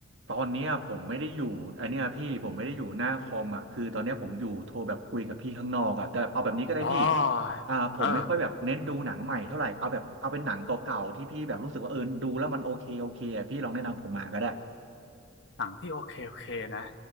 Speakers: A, on the right; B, on the left.
A: ตอนเนี้ยผมไม่ได้อยู่ไอนเนี้ยพี่ผมไม่ได้อยู่หน้าคอมอ่ะคือตอนเนี้ยผมอยู่โทรแบบคุยกับพี่ข้างนอกอ่ะแต่แบบเอาแบบนี้ก็ได้พี่
B: อ๋อเออ
A: อ่าผมไม่ค่อยแบบเน้นดูหนังใหม่เท่าไหร่เอาแบบเอาเป็นหนังเก่าๆที่พี่แบบรู้สึกว่าเออดูแล้วมันโอเคโอเคอ่ะพี่ลองแนะนำผมมาก็ได้
B: หนังที่โอเคโอเคนะ